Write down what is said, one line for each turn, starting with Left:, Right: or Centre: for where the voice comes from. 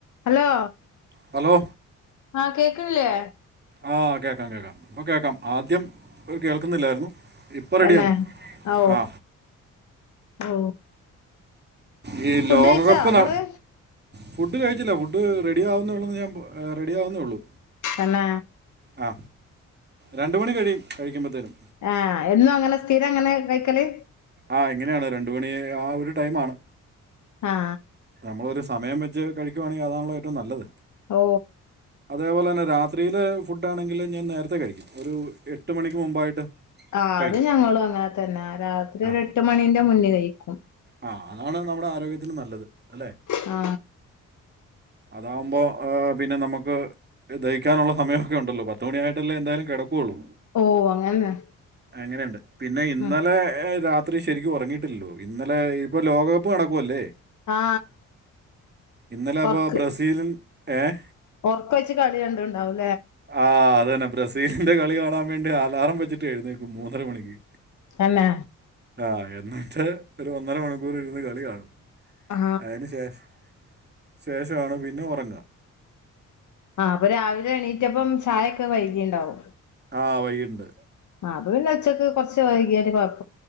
Left: Hello
Right: hello
Left: ആ കേക്കണില്ലേ
Right: ആ കേൾക്കാം കേൾക്കാം അപ്പോൾ കേൾക്കാം ആദ്യം കേൾക്കുന്നില്ലായിരുന്നു ഇപ്പൊ
Left: തന്നെ
Right: റെഡിയാണ്
Left: ഓ
Right: ആ
Left: ഓ
Right: ഈ
Left: ഫുഡ്
Right: ലോകകപ്പ്
Left: കയിച്ചാ
Right: ന
Left: നിങ്ങള്
Right: ഫുഡ് കഴിച്ചില്ല ഫുഡ് റെഡിയ ആാവുന്നേള്ളന്ന് ഞാൻ റെഡിയ ആാവുന്നേ ഉള്ളൂ
Left: എന്ന
Right: ആ രണ്ടു മണി കഴിയും കഴിക്കുമ്പത്തേനും
Left: ആഹ് എന്നും അങ്ങനെ സ്ഥിരം അങ്ങനെ വയ്ക്കല്
Right: ആ എങ്ങനെയാണ് രണ്ട മണി ആ ഒരു ടൈ ആണ്
Left: ആ
Right: നമ്മളൊരു സമം വെച്ച് കഴിക്കുവാണെങ്കിൽതാണല്ല ഏറ്റവും നല്ലത്
Left: ഓ
Right: അതേപോലെ തന്നെ രാത്രിയിലെ ഫുഡ് ആണെങ്കിൽ ഞാൻ നേരത്തെ കഴിക്കും ഒരു എട്ട് മണിക്ക് മുമ്പായിട്ട്
Left: ആ
Right: കഴിക്കും
Left: അത് ഞങ്ങളും അങ്ങനെ തന്നെ രാത്രി
Right: ആ
Left: ഒരു എട്ട് മണിന്റെ മുന്നിൽ കഴും ക്ക <inaudible>
Right: ആ അതാണ് നമ്മുടെ ആരോഗ്യത്തിനന് നല്ലത് അല്ലെ
Left: ആ
Right: അതാവുമ്പോ പിന്നെ നമുക്ക് ദഹിക്കാനുള്ള സമയൊക്കെ ഉണ്ടല്ലോ പത്തുമണിയായിട്ടല്ലേ എന്തായാലും കെടക്ക കൊള്ളൂ
Left: ഓ അങ്ങനെ
Right: അങ്ങനെയുണ്ട് പിന്നെ ഇന്നലെ
Left: ഉം
Right: രാത് അത്രയും ശരിക്കും ഒറങ്ങിയിട്ടില്ലല്ലോ ഇന്നലെ ഇപ്പൊ ലോകകപ്പ് നടക്കുവല്ലേ
Left: ആ
Right: ഇന്നലെ
Left: വർക്ക്
Right: അപ്പോൾ <unintelligible> ഏ?
Left: ഒറക്കൊഴിച്ച് കളി കണ്ടിണ്ടാവും.
Right: ആ അതന്നെ ബ്രസീലിന്റെ കളി കാണാൻ വേണ്ടി അലാറം വെച്ചിട്ട് എഴുന്നേക്കും മൂന്നര മണിക്ക്.
Left: തന്നെ
Right: ആ എന്നിട്ട് ഒരു ഒന്നര മണിക്കൂറിരുന്ന് കളി കാണും
Left: ആ
Right: അതിന് ശേഷം ശേഷമാണ് പിന്നെ ഒറങ്ങാ
Left: ആ അപ്പൊ രാവിലെ എണീറ്റപ്പം ചായൊക്കെ വൈകീണ്ടാവും
Right: ആഹ് വൈകീണ്ട്
Left: ആ അത് പിന്നെ ഉച്ചയ്ക്ക് കൊറച്ച് വൈകിയാലും കൊഴ